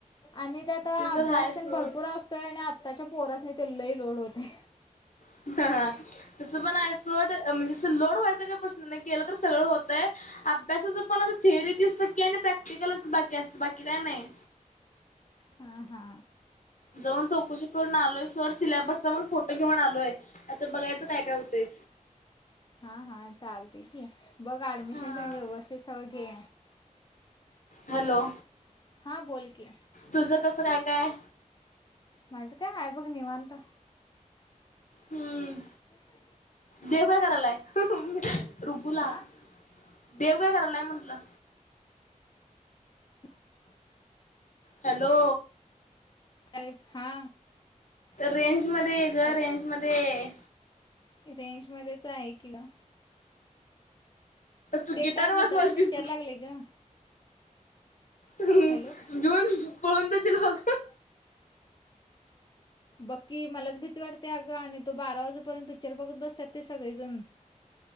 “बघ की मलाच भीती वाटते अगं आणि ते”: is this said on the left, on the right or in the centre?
Left